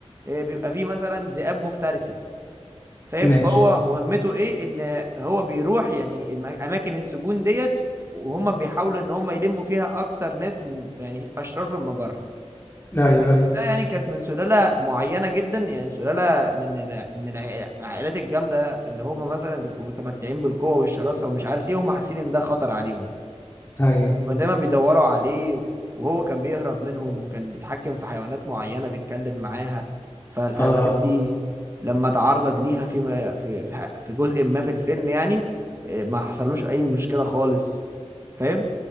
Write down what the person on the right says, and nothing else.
آه، بيبقى فيه مثلا ذئاب مفترسة فاهم
فهو مهمته ايه ان هو بيروح يعني الم- اماكن السجون ديت وهم بيحاولوا ان هم يلموا فيها اكتر ناس م- يعني اشرار في المجره
فبالتالي
يعني كانت من سلاله معينه جدا يعني سلاله من الع- من الع- العائلات الجامده اللي هم مثلا بيبقوا متمتعين بالقوه والشراسه ومش عارف ايه هم حاسين ان ده خطر عليهم
كانوا دايما بيدوروا عليه وهو كان بيهرب منهم وكان بيتحكم في حيوانات معينة بيتكلم معاها فالحيوانات
دي لما تعرض ليها في في في في جزء ما في الفيلم يعني إيه، ما حصلوش أي مشكلة خالص فاهم